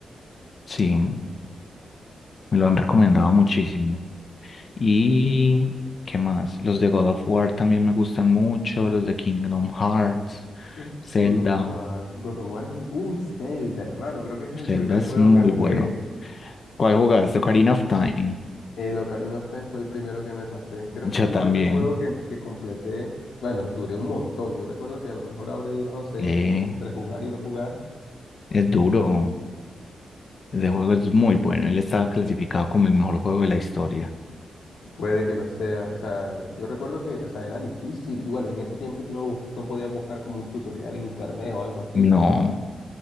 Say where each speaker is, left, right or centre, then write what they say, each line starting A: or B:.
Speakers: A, on the left; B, on the left.
A: sí. Me lo han recomendado muchísimo. ¿Y qué más? Los de God of War también me gustan mucho, los de Kingdom Hearts,
B: Uh,
A: Zelda.
B: God of War. God of War es un... Uy, Zelda, hermano. Creo que ese es el
A: Zelda
B: primer
A: es
B: juego
A: muy
B: que jugué.
A: bueno. ¿Cuál jugaste? Ocarina of Time.
B: El Ocarina of Time fue el primero que me pasé. Creo
A: Yo
B: que fue
A: también.
B: el primer juego que, que completé. Bueno, duré un montón. Yo recuerdo que a lo mejor habré durado seis
A: Eh,
B: meses entre jugar y no jugar.
A: es duro. Ese juego es muy bueno. Él estaba clasificado como el mejor juego de la historia.
B: Puede que lo sea. O sea, yo recuerdo que, o sea, era difícil. Y bueno, en ese tiempo tú no, bus- no podías buscar como un tutorial en internet o algo así.
A: No,